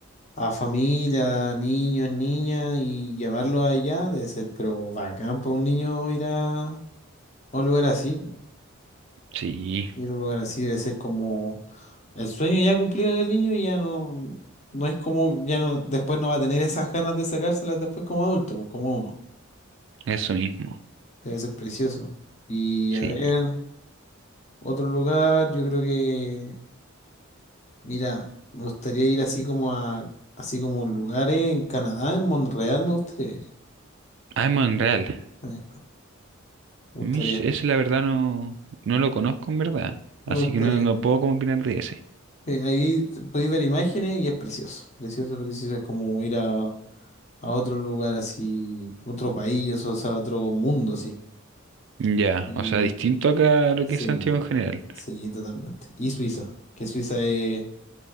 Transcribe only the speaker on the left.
a familia, niños, niñas, y llevarlo allá, debe ser, pero bacán para un niño ir a, a un lugar así.
Ir a un lugar así debe ser como el sueño ya cumplido del niño y ya no, no es como, ya no, después no va a tener esas ganas de sacárselas después como adulto, pues, como uno.
Debe ser precioso. Y
a ver, otro lugar, yo creo que, mira, me gustaría ir así como a, así como lugares en Canadá, en Montreal me gustaría ir.
Eh, me
gustaría,
me
gustaría.
Eh, ahí t- podéis ver imágenes y es precioso, precioso, precioso. Es como ir a a otro lugar así, otro país, o sea, otro mundo así.
Y
sí,
sí, totalmente. Y Suiza, que Suiza es,